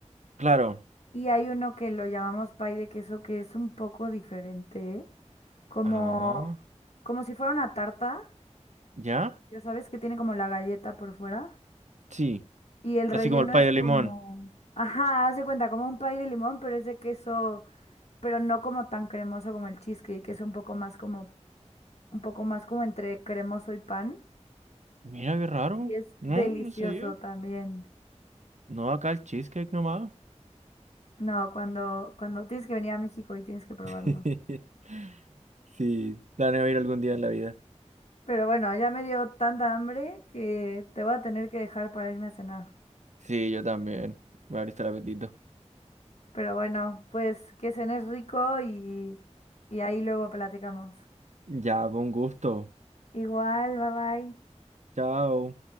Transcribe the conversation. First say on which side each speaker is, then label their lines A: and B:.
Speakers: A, on the right (about 75°); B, on the left (about 65°).
A: Claro.
B: Y hay uno que lo llamamos pay de queso que es un poco diferente. Como,
A: Ah,
B: como si fuera una tarta.
A: ¿ya?
B: Ya sabes que tiene como la galleta por fuera.
A: Sí.
B: Y el
A: Así
B: relleno
A: como el pay
B: es
A: de
B: como...
A: limón.
B: Ajá, haz de cuenta, como un pay de limón, pero es de queso pero no como tan cremoso como el cheesecake, que es un poco más como un poco más como entre cremoso y pan.
A: Mira qué raro.
B: Y es
A: No,
B: delicioso
A: no sabía.
B: también.
A: No, acá el cheesecake nomás.
B: No, cuando, cuando tienes que venir a México y tienes que
A: <laughs>
B: probarlo.
A: Sí, planeo ir algún día en la vida.
B: Pero bueno, ya me dio tanta hambre que te voy a tener que dejar para irme a cenar.
A: Sí, yo también. Me abriste el apetito.
B: Pero bueno, pues que cenes rico y, y ahí luego platicamos.
A: Ya, con gusto.
B: Igual, bye bye.
A: Chao.